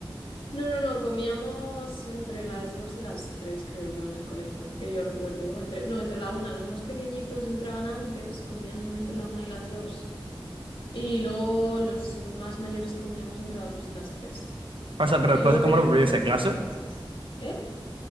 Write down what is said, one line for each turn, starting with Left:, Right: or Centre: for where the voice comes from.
Left: No, no, no, comíamos entre las dos y las tres, creo yo, en el colegio, que yo recuerde. O entre, no, entre la una, los más pequeñitos entraban antes, comían entre la una y las dos. Y luego los más mayores comíamos entre las 2 y las tres
Right: O sea, pero
Left: Y
Right: después
Left: luego
Right: de
Left: teníamos
Right: comer volvíais a clase.
Left: dos clases. ¿Eh?